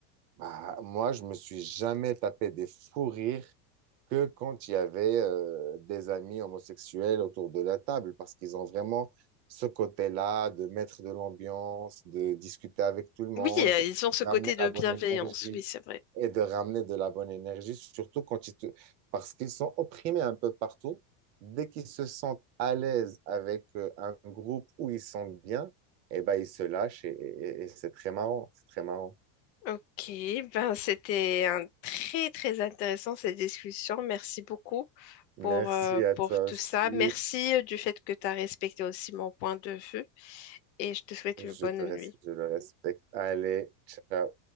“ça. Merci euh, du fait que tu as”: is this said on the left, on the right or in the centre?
Left